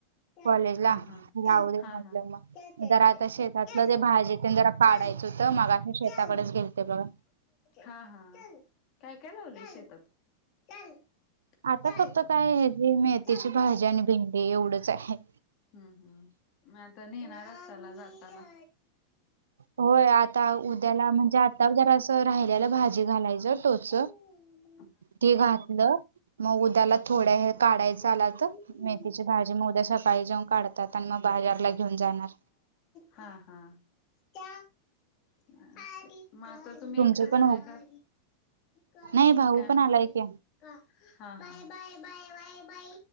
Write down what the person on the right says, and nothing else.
कॉलेज
ला
जाऊ दे
म्हटलं
मग
ज आता शेतातलं ते भाजी ते जर. काढायच
होत मगा शेताकडेच
गेलते बघ.
आता
फक्त काय आहे जे मेथीची
भाजी आणि भेंडी एवढच आहेत.
होय आता उद्याला म्हणजे आता जरा असं राहिल्याला भाजी घालायचं टोच.
ते घातलं. मग उद्याला थोड्या हे काढायचं
आलात मेथीची भाजी मग उद्या सकाळी जाऊन काढत. त्यात आणि मग बाजारला. घेऊन जाणार
तुमचं
पण हो
नाही भाऊ पण
आलाय की